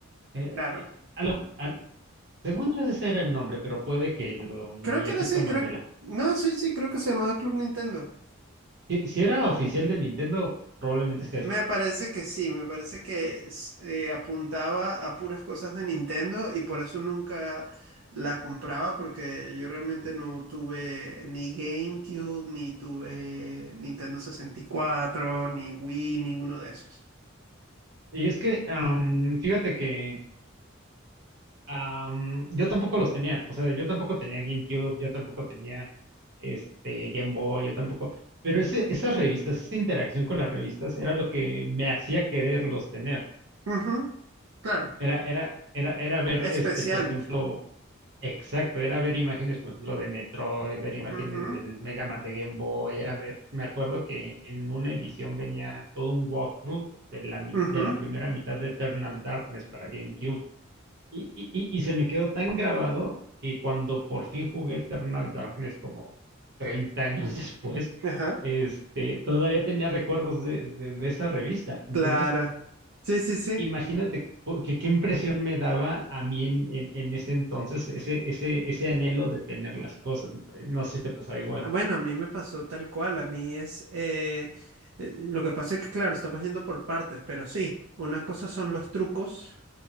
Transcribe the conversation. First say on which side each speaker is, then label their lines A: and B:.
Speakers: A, on the right (about 55°); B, on the right (about 85°).
A: eh,
B: Claro.
A: eh, a lo- al- según yo ese era el nombre, pero puede que lo, mi
B: Creo que
A: efecto
B: era así,
A: Mandela.
B: creo. No, sí, sí, creo que se llamaba Club Nintendo.
A: Si, si era oficial de Nintendo, probablemente sea ese.
B: Me parece que sí, me parece que s- eh, apuntaba a puras cosas de Nintendo y por eso nunca la compraba porque yo realmente no tuve ni GameCube, ni tuve Nintendo sesenta y cuatro ni Wii, ninguno de esos.
A: Y es que, am, fíjate que am, yo tampoco los tenía, o sea, yo tampoco tenía GameCube, yo tampoco tenía este Game Boy, yo tampoco, pero ese, esas revistas, esa interacción con las revistas era lo que me hacía quererlos tener.
B: Ujú, claro,
A: Era, era, era, era ver,
B: especial.
A: este, por ejemplo, exacto, era ver imágenes, por ejemplo, de Metroid, ver imágenes
B: Ujú,
A: del Mega Man de Game Boy, era ver, me acuerdo que en una edición venía todo un walkthrough de la, mi-
B: ujú,
A: de la primera mitad de Eternal Darkness para GameCube. Y, y, y- y se me quedó tan grabado que cuando por fin jugué Eternal Darkness como 30 años <laughs> después,
B: ajá,
A: este, todavía tenía recuerdos de, de- de esa revista. Entonces,
B: claro. Sí, sí, sí.
A: imagínate cu- que, qué impresión me daba a mí en, en- en ese entonces ese, ese, ese anhelo de tener las cosas. No sé si te pasaba igual.
B: Ah, Bueno, a mí me pasó tal cual, a mí es... eh, eh, lo que pasa es que, claro, estamos yendo por partes, pero sí, una cosa son los trucos,